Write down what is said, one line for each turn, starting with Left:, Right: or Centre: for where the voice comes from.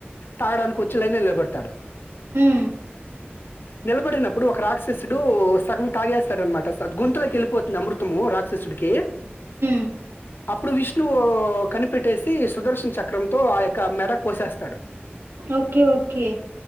Left: తాగడానికి వచ్చి లైన్లో నిలబడతాడు.
Right: ఉమ్
Left: నిలబడినప్పుడు ఒక రాక్షసుడు సగం తాగేస్తాడనమాట గొంతులకి వెళ్ళిపోతుంది అమృతము రాక్షసుడికి
Right: హ్
Left: అప్పుడు విష్ణువు కనిపెట్టేసి సుదర్శన చక్రంతో ఆ యొక్క మెడ కోసేస్తాడు
Right: ఓకే ఓకే